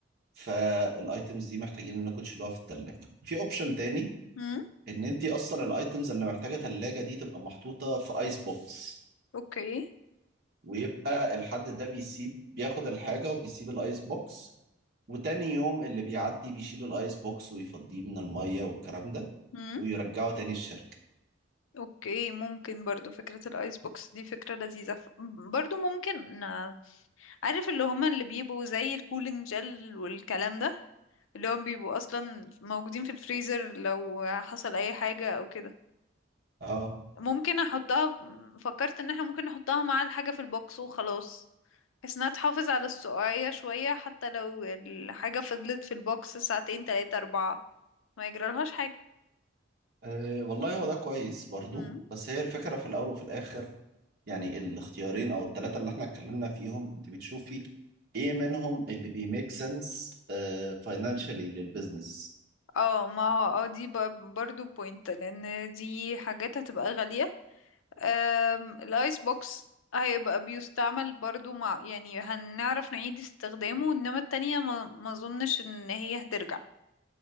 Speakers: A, on the right; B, on the left.
A: فالأيتمز دي محتاجين إنكم تشيلوها في التلاجة في أوبشن تاني
B: امم
A: ان انت اصلا الايتمز اللي محتاجه ثلاجه دي تبقى محطوطه في ايس بوكس
B: اوكي
A: ويبقى الحد ده بيسيب بياخد الحاجه وبيسيب الايس بوكس وتاني يوم اللي بيعدي بيشيل الايس بوكس ويفضيه من الميه والكلام ده
B: امم
A: ويرجعه تاني الشركه
B: اوكي ممكن برضو فكرة الايس بوكس دي فكرة لذيذة ف- برضو ممكن آه، عارف اللي هما اللي بيبقوا زي الكولينج جل والكلام ده اللي هم بيبقوا اصلا موجودين في الفريزر لو حصل اي حاجة او كده
A: اه
B: ممكن احطها فكرت ان احنا ممكن نحطها مع الحاجة في البوكس وخلاص بحيث انها تحافظ على السقعية شوية حتى لو الحاجة فضلت في البوكس ساعتين تلاتة اربعة ما يجرالهاش حاجة
A: آه، والله هو ده كويس برضو
B: مم.
A: بس هي الفكره في الاول وفي الاخر يعني الاختيارين او الثلاثه اللي احنا اتكلمنا فيهم انت بتشوفي ايه منهم اللي بيميك سنس فاينانشالي للبزنس
B: اه ما هو اه دي ب- برضو بوينت لان دي حاجات هتبقى غالية أم، الايس بوكس هيبقى بيستعمل برضو مع يعني هنعرف نعيد استخدامه انما التانية ما ما اظنش ان هي هترجع